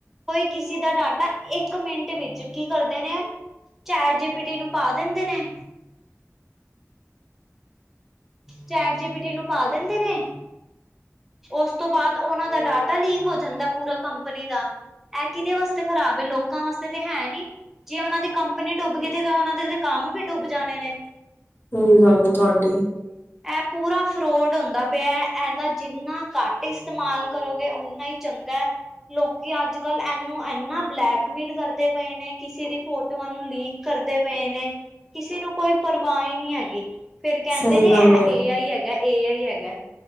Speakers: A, in the centre; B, on the left.
A: ਕੋਈ ਕਿਸੇ ਦਾ ਡਾਟਾ ਇੱਕ ਮਿੰਟ ਵਿੱਚ ਕੀ ਕਰਦੇ ਨੇ ਐ ਚੈਟ ਚੈਟ ਜੀ ਪਿਟੀ ਨੂੰ ਪਾ ਦਿੰਦੇ ਨੇ। ਚੈਟ ਜੀ ਪਿਟੀ ਨੂੰ ਪਾ ਦਿੰਦੇ ਨੇ। ਉਸ ਤੋਂ ਬਾਅਦ ਉਹਨਾਂ ਦਾ ਡਾਟਾ ਲੀਕ ਹੋ ਜਾਂਦਾ ਪੂਰਾ ਕੰਪਨੀ ਦਾ। ਇਹ ਕਿਹਦੇ ਵਾਸਤੇ ਖ਼ਰਾਬ ਐ ਲੋਕਾਂ ਵਾਸਤੇ ਤੇ ਹੈ ਨੀ ਜੇ ਉਹਨਾਂ ਦੀ ਕੰਪਨੀ ਡੁੱਬ ਗਈ, ਤੇ ਉਹਨਾ ਦੇ ਕੰਮ ਵੀ ਡੁੱਬ ਜਾਣੇ ਨੇ।
B: ਸਹੀ ਗੱਲ ਏ ਤੁਹਾਡੀ।
A: <inaudible> ਇਹ ਪੂਰਾ ਫਰੋਡ ਹੁੰਦਾ ਪਿਆ ਐ। ਇਹਦਾ ਜਿੰਨਾ ਘੱਟ ਇਸਤੇਮਾਲ ਕਰੋਗੇ ਉਓਨਾ ਹੀ ਚੰਗਾ ਏ। ਲੋਕੀ ਅੱਜ-ਕੱਲ ਇਹਨੂੰ ਇਨਾ ਬਲੈਕਮੇਲ ਕਰਦੇ ਪਏ ਨੇ, ਕਿਸੇ ਦੀ ਫੋਟੋਆਂ ਨੂੰ ਲੀਕ ਕਰਦੇ ਪਏ ਨੇ। ਕਿਸੇ ਨੂੰ ਕੋਈ ਪਰਵਾਹ ਈ ਨਹੀਂ ਹੈਗੀ। ਫੇਰ ਕਹਿੰਦੇ
B: ਸਹੀ
A: ਨੇ ਇਹ
B: ਗੱਲ ਹੈ।
A: ਏ ਆਈ ਹੈਗਾ, ਏ ਆਈ ਹੈਗਾ।